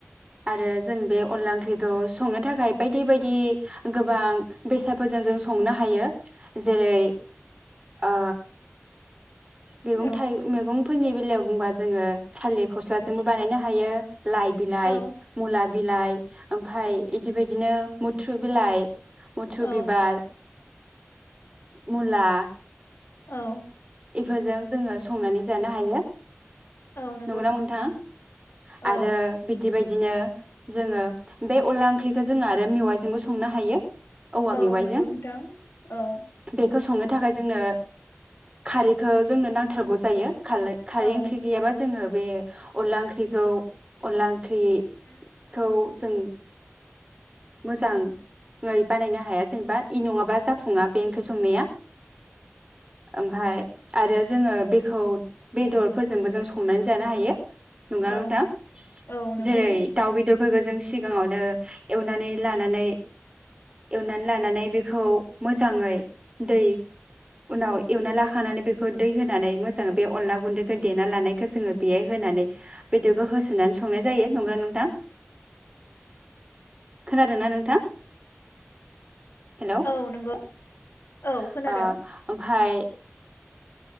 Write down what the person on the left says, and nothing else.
औ
औ
औ
औ
औ नंगौ
औ
औ
नंगौ नोंथां औ
औ
औ
औ
औ नंगौ
औ नंगौ औ खोनादों